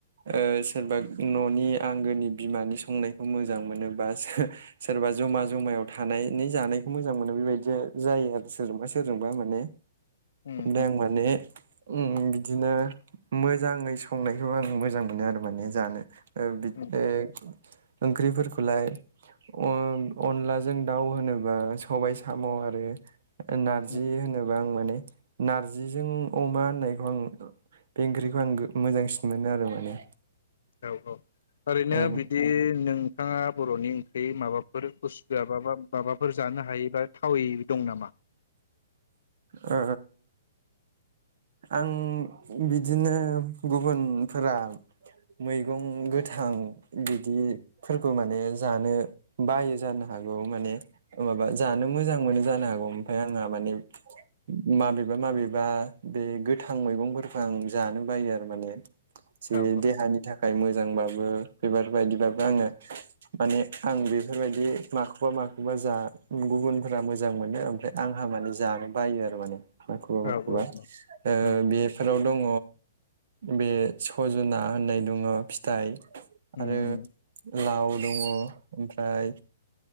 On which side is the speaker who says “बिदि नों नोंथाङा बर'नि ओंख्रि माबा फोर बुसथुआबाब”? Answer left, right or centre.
Left